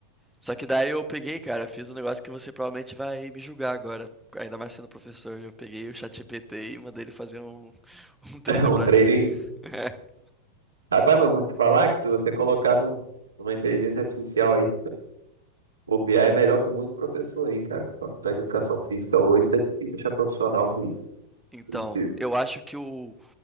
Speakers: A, in the centre; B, on the right.
A: Só que daí eu peguei, cara, fiz um negócio que você provavelmente vai me julgar agora. Ainda mais sendo professor, eu peguei o ChatGPT e mandei ele fazer um, <laughs> um treino
B: <laughs>
A: pra
B: Um treininho.
A: mim. <laughs>
B: Rapaz, mas vou te falar que se você colocar no uma inteligência artificial aí, Bobear é melhor que muito professor aí, cara. Faculdade de Educação Física hoje tá difícil achar profissional que
A: Então,
B: precisa.
A: eu acho que o,